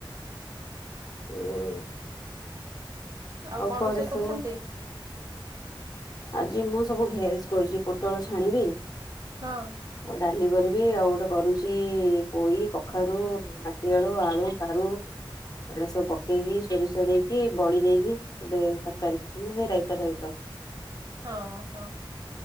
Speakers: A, on the left; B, on the right.
A: ହୁଁ।
B: ଆଉ କଣ
A: ଘରେ
B: ରୋଷେଇ
A: ସବୁ
B: କରୁଛନ୍ତି?
A: ଆଜି ମୁଁ ସବୁ ଭେଜ କରୁଚି, ପୋଟଳ ଛାଣିବି
B: ହଁ।
A: ହଁ ଡାଲି କରିବି ଆଉ ଗୋଟେ କରୁଛି ପୋଇ କଖାରୁ ମାଟି ଆଳୁ ଆଳୁ ସାରୁ ଏଡ ସବୁ ପକେଇକି ସୋରିଷ ଦେଇକି ବଡି ଦେଇକି ଗୋଟେ ତରକାରୀ ସେଇ ରାଇତା ଟାଇପ୍ ର।
B: ହଁ ହଁ